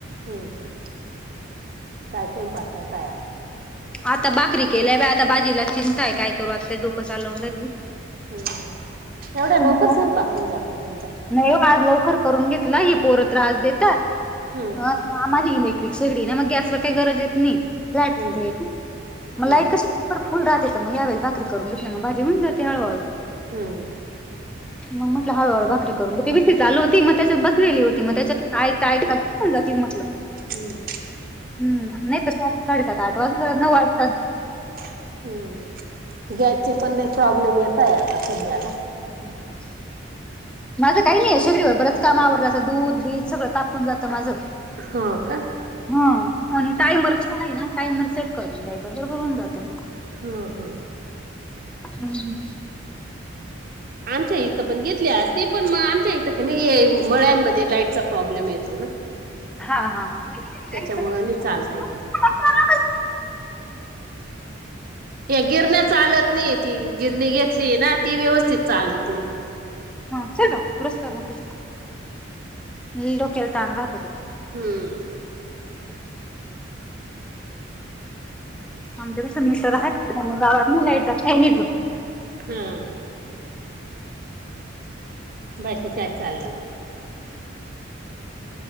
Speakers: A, on the right; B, in the centre.
A: हम्म, हम्म काय स्वयंपाक करताय आज?
B: आता बाकरी केल्याय बाय आता भाजिला चिंताय काय करू आता ते डोकं चालवून राहिली.
A: हम्म, एवढ्या
B: तुमचं
A: लवकर
B: झालं?
A: स्वयंपाक हुन जातो तुमचा?
B: नाही हो आज लवकर करून घेतला हे पोर त्रास देतात.
A: हम्म.
B: अ आम्हाले इलेक्ट्रिक शेगडी आहे ना मग गॅसला काही गरज येत नाही. फ्लॅट
A: हम्म
B: की मग लाईट
A: हम्म
B: कशाला बर फुल राहते तर मग यावेळेस भाकरी करुन घेतली मग भाजी होऊन जाते हळहळू.
A: हम्म.
B: मग म्हटलं हळूहळू बाकरी करून घेते वि सी चालू होती मग त्याच्यात बसलेली होती मग त्याच्यात ऐकता, ऐकता होऊन जातील म्हटलं.
A: हम्म.
B: हम्म, नाही तर सात, साडेसात, आठ वाजल नऊ वाजे
A: हम्म, गॅसचे पण लय प्रॉब्लेम येताय आता सध्याला.
B: हम् <unintelligible> माझं काही नाही आहे शेगडीवर बरंच काम आवरडलं असं दूध बीध सगळं तापून जातं माझं.
A: हो का.
B: हा आणि टाईयमरची आहे ना टाईयमर सेट करून द्यायचं बरोबर होऊन जातं मग.
A: हा हा.
B: हम्म.
A: आमच्या इथं पण घेतली आसती ते पण मग इथं हे मळ्यांमध्ये ते लाईट चा प्रॉब्लेम येतो ना.
B: हा हा हा नाही लाईट
A: त्याच्यामुळ
B: चा
A: नाही चालते
B: <unintelligible>
A: ते.
B: का-
A: <inaudible> त्या गिरण्या चालत नाही ती गिरणी घेतली ना ती व्यवस्थ स्थित चालत नाही.
B: हा सीट डाऊन रस्त्यावर नको जाऊ. लय डोक्याला ताण राहतो तो.
A: हम्म.
B: आमच्या पाशी मिटर आहे गावातली लाईट जात नाही बग- <unintelligible>
A: हम्म. बाकी काय चाललं मग?